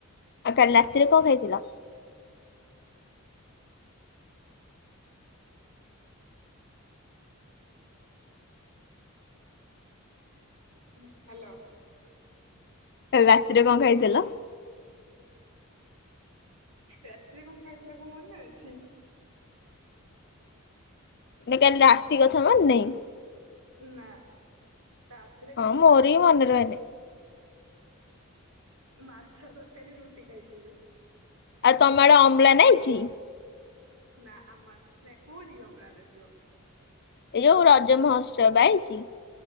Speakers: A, on the left; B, on the right.
A: ଆଉ କାଲି ରାତିରେ କଣ ଖାଇଥିଲା?
B: <unintelligible> ହାଲୋ।
A: କାଲି ରାତିରେ କଣ ଖାଇତେଲ?
B: ରାତିରେ କଣ ଖାଇଥିଲା କଣ ମନେ ଅଛି।
A: ନା କାଲି ରାତି କଥା ମନେ ନାଇଁ।
B: ନା ରାତିରେ
A: ହଁ
B: କାଲି
A: ମୋର
B: ମାଛ
A: ବି
B: <unintelligible>
A: ମନେ ରହେନି।
B: ମାଛ ତରକାରୀ ରୁଟି ଖାଇଥିଲୁ।
A: ଆଉ ତମ ଆଡେ ଅମ୍ଳାନ ଆଇଚି?
B: ନା ଆମ ଆଡେ ନାଇଁ କୋଉଠି ଅମ୍ଳାନ ଆସିବ।
A: ଏ ରଜ ମହୋତ୍ସବ ଆଇଚି।